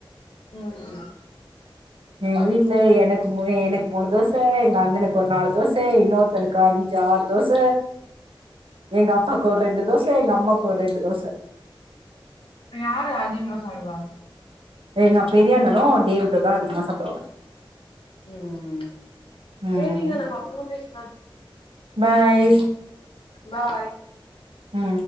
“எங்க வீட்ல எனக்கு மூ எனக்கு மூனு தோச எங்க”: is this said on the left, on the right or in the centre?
Right